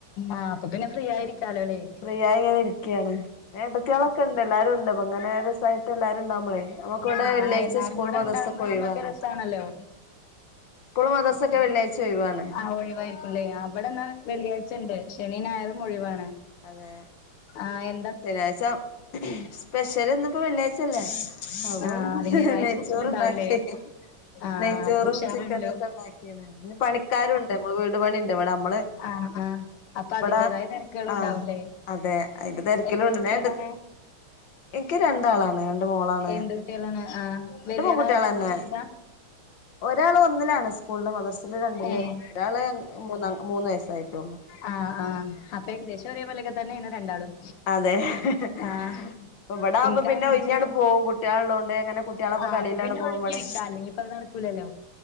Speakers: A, on the left (about 85°); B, on the left (about 65°).
A: ആഹ് അപ്പൊ പിന്നെ ഫ്രീ ആയിരികാ ലോലേ
B: ഫ്രീ ആയി ഇങ്ങനെ ഇരിക്കുകയാണ് ഏ ട്ടത്തിയാളൊക്കെ ഉണ്ട് എല്ലാരും
A: ആഹ്
B: ഉണ്ട് ങ്ങനെ ര സാ യിട്ട് എല്ലാരും ഉണ്ടാവുമ്പോളേ നമുക്ക് ഇവിടെ
A: ആഹ്
B: വെള്ളിയാഴ്ച
A: എല്ലാരും
B: സ്കൂൾ
A: കൂടെ
B: മദർസൊക്കെ
A: ഉണ്ടാകുമ്പോ
B: ഒയി
A: നമ്മക്ക്
B: വാണ്
A: രസാണല്ലോ
B: സ്കൂൾ മദർസെ വെള്ളിയഴ്ച ഒയ് വാണ്
A: ആ ഒഴിവായിരിക്കുംല്ലേ വിടെന്നാ വെള്ളിയാഴ്ച ഉണ്ട് ശനി ഞായറും ഒഴിവാണ്
B: അതെ
A: ആഹ എ
B: ശനിയാഴ്ച സ്പെഷ്യൽ ഇന്നിപ്പോ വെള്ളിയാഴ്ചല്ലേ അപ്പം
A: ആഹ് അതിന്റേതായ സ്പെഷ്യൽ
B: ചോറണ്ടാക്കി
A: ഉണ്ടാവുംല്ലേ ആഹ്
B: നെയ്ച്ചോറും
A: അപ്പൊ ഉഷാറാണല്ലോ
B: ചിക്കന ഒക്കെ ഉണ്ടാക്കി പിന്നെ പണിക്കാരുണ്ട് നമ്മള് വീട് പണിണ്ട് ഇവിടെ നമ്മള്
A: ആഹ ആ അപ്പൊ
B: ഇവിടെ
A: അതിന്റെേതായ തെരു ക്കകളും
B: ആഹ്
A: ഉണ്ടാവുംല്ലേ
B: അതെ അയിന്റെ തിരക്കിലുണ്ട്
A: എത്ര
B: ഞാൻ
A: കുട്ടികളാണ്
B: ഏട്ട എനിക്ക് രണ്ടാളാണ് രണ്ട് മോളാണ്
A: എന്ത് കുട്ടികളാണ് ആ
B: രണ്ട്
A: വലിയതായത
B: പെൺകുട്ടികളന്നെ
A: അതോ ചെറുതാ
B: ഒരാള് ഒന്നിലാണ് സ്കൂളില് മദർസില് രണ്ടില്
A: ഏഹ്
B: ഒരാള് മൂന്ന് വയസ്സായിട്ടേള്ളു
A: ആ ആഹ് അപോഏകദേശം ഒരേ പോലൊക്കെ തന്നേണ് രണ്ടാളും
B: അതെ ഹ് ഹ് ഹ്
A: ആഹ്
B: ഇപ്പ ഇബടാവുമ്പോ
A: എനിക്ക്
B: പിന്നെ
A: അഞ്ച്
B: ഒയിഞ്ഞണ്ട് പോവും കുട്ടികള ഉള്ളോണ്ട് അങ്ങനെ കുട്ടികളെപ്പൊ
A: ആഹ്
B: കളിയിലാണ്
A: അപ്പൊ പിന്നെ
B: പോകും
A: ഒഴിഞ്ഞിരിക്കാ
B: ബടെ
A: അല്ലെങ്കി ഇപ്പത് നടക്കൂലല്ലോ